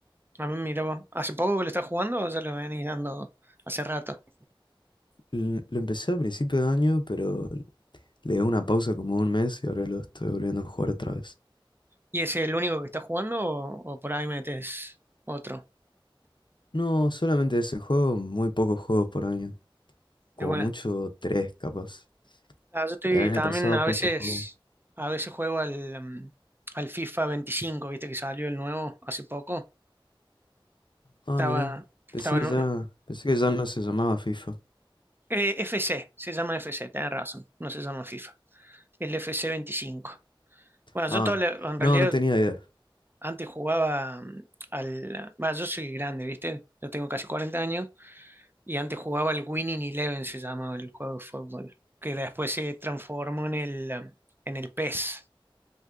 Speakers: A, on the right (about 25°); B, on the left (about 60°).
A: a mí mira vos. ¿Hace poco que lo estás jugando o ya lo venís dando hace rato?
B: L- Lo empecé a principio de año, pero le di una pausa como un mes y ahora lo estoy volviendo a jugar otra vez.
A: ¿Y es el único que está jugando o, o por ahí metes otro?
B: No, solamente ese juego, muy pocos juegos por año. Como
A: De buena.
B: mucho, tres capaz.
A: Ah, yo estoy
B: El año
A: también
B: pasado
A: a
B: justo
A: veces,
B: jugué.
A: a veces juego al, mm, al FIFA 25, viste que salió el nuevo hace poco.
B: Ah,
A: Estaba,
B: mira. Pensé
A: estaba en
B: que
A: un-
B: ya, pensé que ya no se llamaba FIFA.
A: eh, FC, se llama FC, tenés razón, no se llama FIFA. El FC 25. Bueno,
B: Ah,
A: yo todo, le- en
B: no,
A: realidad
B: no tenía idea.
A: antes jugaba mm, al... Bueno, yo soy grande, viste, yo tengo casi cuarenta años Y antes jugaba el Winning Eleven, se llamaba el juego de fútbol, que después se transformó en el, um, en el PES.